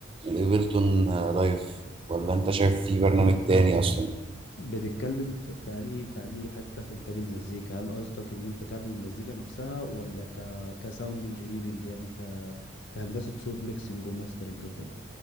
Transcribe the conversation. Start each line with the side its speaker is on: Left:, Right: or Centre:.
Right: الايفلتون لايف ولا انت شايف في برنامج
Left: بت-
Right: تاني اصلا
Left: بتتكلم في في انهي في انهي حته في انتاج المزيكا هل قصدك ان انت تعمل المزيكا نفسها ولا ك كساوند انجينيرنج يعني ك كهندسه صوت ميكسنج وماسترنج وكده